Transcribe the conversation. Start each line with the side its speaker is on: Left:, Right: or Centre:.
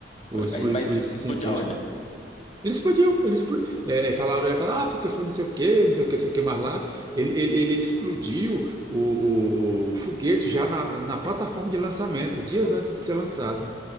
Right: os,
Left: Foi, mas,
Right: os,
Left: mas
Right: os cientistas.
Left: explodiu onde?
Right: Ele explodiu, ele explo- é, é, falaram, ia falar, ah, porque foi não sei o quê, não sei o quê, não sei o quê mais lá. Ele, ele, ele explodiu o, o- o foguete já na, na plataforma de lançamento, dias antes de ser lançado.